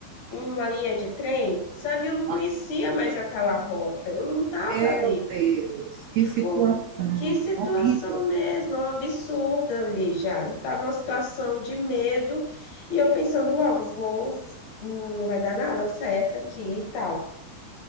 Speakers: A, on the left (about 75°); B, on the right (about 75°).
A: uma linha de trem, sabe? Eu não conhecia
B: Ah,
A: mais aquela rota, eu não tava
B: Meu
A: ali.
B: Deus, que
A: Foi.
B: situação
A: Que situação
B: horrível.
A: mesmo, é um absurdo ali já. Eu tava uma situação de medo e eu pensando logo, vou, não vai dar nada certo aqui e tal.